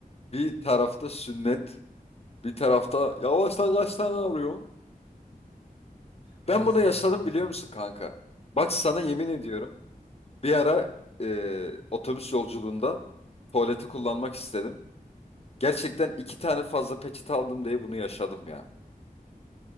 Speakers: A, on the left; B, on the right.
A: Bir tarafta sünnet, bir tarafta yavaştan kaç tane alıyor.
B: Aynısını
A: Ben bunu yaşadım
B: yaptım kanka.
A: biliyor musun kanka? Bak sana yemin ediyorum. Bir ara e, otobüs yolculuğunda tuvaleti kullanmak istedim. Gerçekten iki tane fazla peçete aldım diye bunu yaşadım ya.